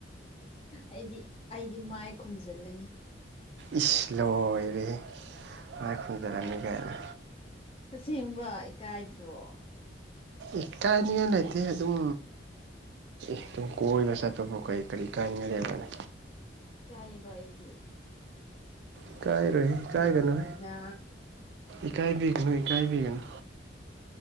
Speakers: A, on the left; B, on the right.
A: ꯑꯩꯗꯤ ꯑꯩꯗꯤ ꯃꯥꯏ ꯈꯨꯝꯖꯤꯜꯂꯅꯤ
B: ꯏꯁ ꯂꯣꯢꯔꯦꯍꯦ ꯃꯥꯏꯈꯨꯟꯖꯔꯅꯤ ꯒꯥꯏꯅ
A: ꯑꯁꯦꯡꯕ ꯏꯀꯥꯏꯗ꯭ꯔꯣ
B: ꯏꯀꯥꯏꯅꯤꯡꯉꯥꯏ ꯂꯩꯇꯦ ꯑꯗꯨꯝ ꯑꯗꯨꯨꯝ ꯀꯣꯏꯕ ꯆꯠꯄꯕꯨ ꯀꯔꯤ ꯀꯔꯤ ꯀꯥꯏꯅꯤꯉꯥꯏ ꯂꯩꯕ꯭ꯔꯅꯦ
A: ꯀꯥꯏꯕ ꯑꯩꯗꯤ
B: ꯏ ꯀꯥꯏꯔꯣꯏꯍ ꯏ
A: ꯑꯗꯨꯒꯤꯅꯤꯗ
B: ꯀꯥꯏꯒꯅꯨꯍ ꯏꯀꯥꯏꯕꯤꯒꯅꯨ ꯏꯀꯥꯏꯕꯤꯒꯅꯨ